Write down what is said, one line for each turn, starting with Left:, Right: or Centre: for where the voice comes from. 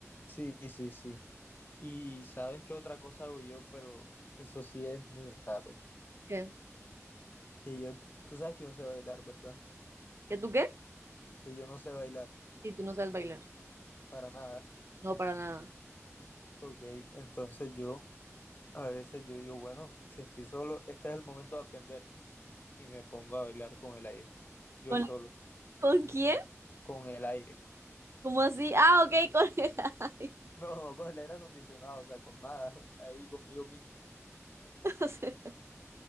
Left: sí, sí, sí. Y sabes qué otra cosa hago yo, pero eso sí es muy raro.
Right: ¿Qué?
Left: Que yo, tú sabes que yo no sé bailar, ¿verdad?
Right: ¿Que tú qué?
Left: Que yo no sé bailar
Right: Si tú no sabes bailar.
Left: para nada. <laughs>
Right: No, para nada.
Left: Ok, entonces yo a veces yo digo, bueno, si estoy solo, este es el momento de aprender. Y me pongo a bailar con el aire. Yo
Right: ¿Con,
Left: solo,
Right: con quién?
Left: con el aire. <laughs>
Right: ¿Cómo así? Ah, ok, con el... <laughs> ay,
Left: No, no con el aire acondicionado, o sea, con nada. <laughs> Ahí conmigo mismo.
Right: o sea,